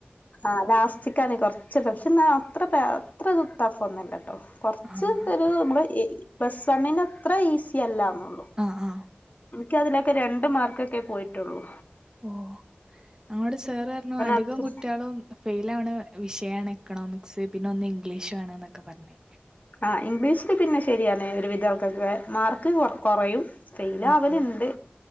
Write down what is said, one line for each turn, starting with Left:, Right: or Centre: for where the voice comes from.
Left: ആഹ് ലാസ്റ്റിക്കാണ് കൊർച്ച്‌ ടഫ് ഇന്നാ അത്ര അത്ര ടെഫൊന്നല്ലട്ടോ കൊർച്ച്
Right: ആഹ്
Left: ഒരു നമ്മളെ പ്ലസ് വണ്ണിൻ്റെ അത്രേ ഈസി അല്ലാന്നൊള്ളു
Right: ആഹ് ആഹ്
Left: ഇൻക്ക് അതിലൊക്കെ രണ്ട് മാർക്കൊക്കെ പോയിട്ടൊള്ളൂ
Right: ഓഹ് ഞങ്ങളോട് സേറർഞ്ഞു അധികം
Left: അത്ര
Right: കുട്ട്യാളും ഫെയിലാവ്ണെ വിഷയ്ണ് എക്കണോമിക്സ് പിന്നെ ഒന്ന് ഇംഗ്ലീഷാണ് ന്നൊക്കെ പർഞ്ഞ്
Left: ആഹ് ഇംഗ്ലീഷില് പിന്നെ ശെരിയാണ് ഒരു വിധാൾക്കാര്ക്കൊക്കെ മാർക്ക് കൊ കൊറയും ഫെയിലാവല്ണ്ട്
Right: ആഹ് ആഹ്